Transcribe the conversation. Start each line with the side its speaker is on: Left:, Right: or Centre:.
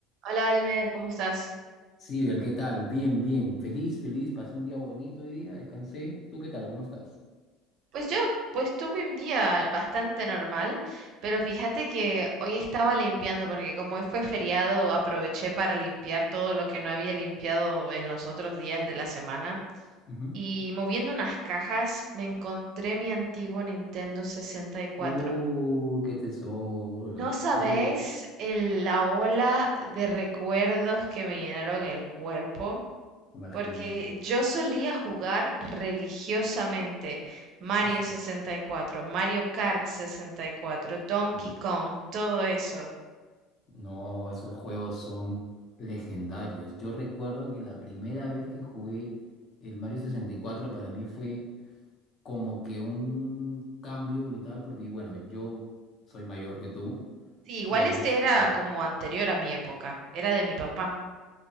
Right: Hola Oliver, ¿cómo estás?
Left: Sí, Bel, ¿qué tal? Bien, bien. Feliz, feliz. Pasé un día bonito hoy día, descansé. ¿Tú qué tal? ¿Cómo estás?
Right: Pues yo, pues tuve un día bastante normal, pero fíjate que hoy estaba limpiando porque como hoy fue feriado, aproveché para limpiar todo lo que no había limpiado en los otros días de la semana.
Left: Ujú.
Right: Y moviendo unas cajas, me encontré mi antiguo Nintendo 64.
Left: Uh, qué tesoro.
Right: No sabes
Left: Uh,
Right: el- la ola de recuerdos que me llenaron el cuerpo.
Left: imagino.
Right: Porque yo solía jugar religiosamente Mario
Left: Asu.
Right: sesenta y cuatro, Mario Kart sesenta y cuatro, Donkey
Left: Mm.
Right: Kong, todo eso.
Left: No, esos juegos son legendarios. Yo recuerdo que la primera vez que jugué el Mario 64 para mí fue como que un cambio brutal porque, bueno, yo soy mayor que tú
Right: Sí, igual
Left: y
Right: este
Left: yo estaba...
Right: era como anterior a mi época, era de mi papá.